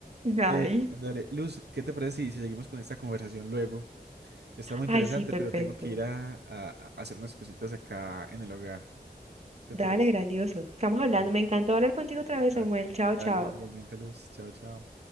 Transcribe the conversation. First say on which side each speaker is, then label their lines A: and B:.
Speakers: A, on the right; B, on the right.
A: Ay,
B: Eh, dale, Luz, ¿qué te parece si, si seguimos con esta conversación luego? Está muy interesante,
A: ay, sí, perfecto.
B: pero tengo que ir a, a a hacer unas cositas acá en el hogar. ¿Te
A: Dale,
B: parece?
A: grandioso. Estamos hablando.
B: Dale.
A: Me encantó hablar contigo otra vez,
B: Da-
A: Samuel. Chao,
B: Dale,
A: chao.
B: igualmente, Luz. Chao, chao.